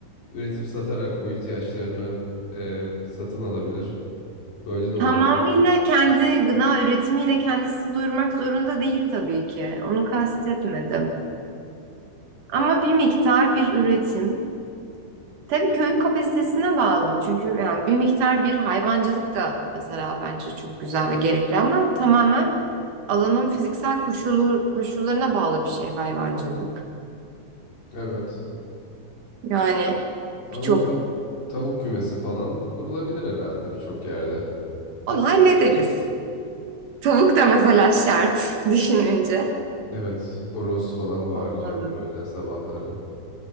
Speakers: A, on the left; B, on the right.
A: üretip satarak bu ihtiyaçlarını e, satın alabilir. Böyle de olabilir.
B: tamamıyla kendi gıda üretimiyle kendisini doyurmak zorunda değil tabii ki. Onu kastetmedim. Ama bir miktar bir üretim. Tabii köyün kapasitesine bağlı. Çünkü yani bir miktar bir hayvancılık da mesela bence çok güzel ve gerekli ama tamamen alanın fiziksel koşulu, koşullarına bağlı bir şey hayvancılık.
A: Evet.
B: Yani
A: Ama
B: birçok
A: bir tav- tavuk kümesi falan kurulabilir herhalde birçok yerde.
B: onu hallederiz. Tavuk da mesela şart <laughs> düşününce.
A: Evet, horoz falan bağıracak
B: Olmalı.
A: böyle sabahları.